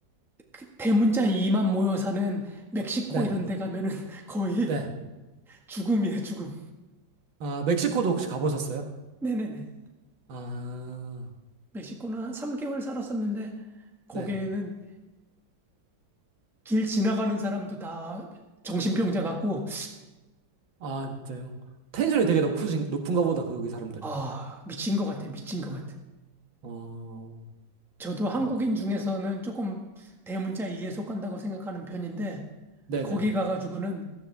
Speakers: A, in the centre; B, on the right (about 75°).
A: 그 대문자 이만 모여사는 멕시코
B: 네.
A: 이런 데 가면은 <laughs> 거의
B: 네.
A: 죽음이에요, 죽음.
B: 아, 멕시코도 혹시 가보셨어요?
A: 네네네.
B: 아.
A: 멕시코는 한 3개월 살았었는데 거기에는
B: 네.
A: 길 지나가는 사람도 다 정신병자 같고
B: 아, 진짜요? 텐션이 되게 높으신 높은가 보다 거기 사람들은.
A: 아, 미친 것 같아, 미친 것 같아.
B: 어.
A: 저도 한국인
B: 그렇구나.
A: 중에서는 조금 대문자 2에 속한다고 생각하는 편인데
B: 네네.
A: 거기
B: 네.
A: 가가지고는